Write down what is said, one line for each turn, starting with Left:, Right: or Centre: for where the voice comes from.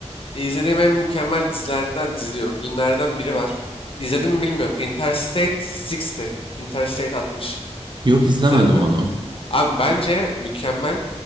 Left: izlediğim en mükemmel dizilerden diziyorum. Filmlerden biri var. İzledim mi bilmiyorum. Interstate 60. Interstate 60.
Right: Yok izlemedim
Left: İzledin mi?
Right: onu.
Left: Abi bence mükemmel.